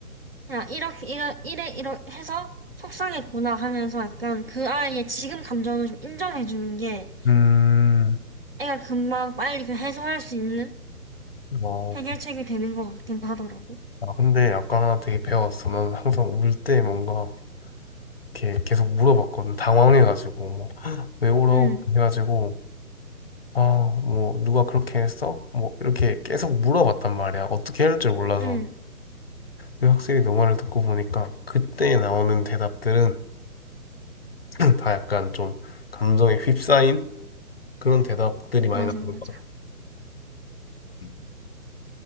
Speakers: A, on the right; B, on the left.
A: 그냥 이렇게, 이래, 이래, 이래 해서 속상했구나 하면서 약간 그 아이의 지금 감정을 좀 인정해주는 게
B: 음.
A: 애가 금방 빨리 그 해소할 수 있는
B: 어.
A: 해결책이 되는 것 같긴 하더라고.
B: 아, 근데 약간 하나 되게 배웠어. 나는 항상 울 때 뭔가 이렇게 계속 물어봤거든. 당황해가지고, 뭐, 헉, 왜 울어?
A: 응,
B: 해가지고. 아, 뭐, 누가 그렇게 했어? 뭐, 이렇게 계속 물어봤단 말이야. 어떻게 해야 할 줄 몰라서.
A: 응,
B: 근데 확실히 너 말을 듣고 보니까 그때 나오는 대답들은 <clears throat> 다 약간 좀 감정에 휩싸인 그런 대답들이 많이
A: 맞아,
B: 나오는
A: 맞아.
B: 것 같아. 음.